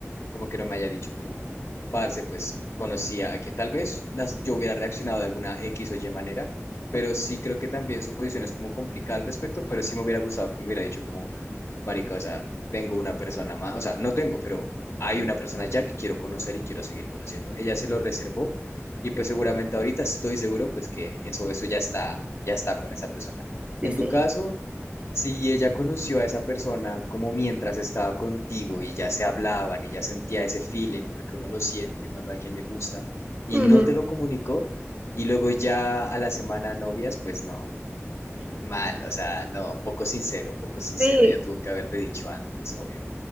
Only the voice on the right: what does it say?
Sí,
sí.
Ujú.
Sí.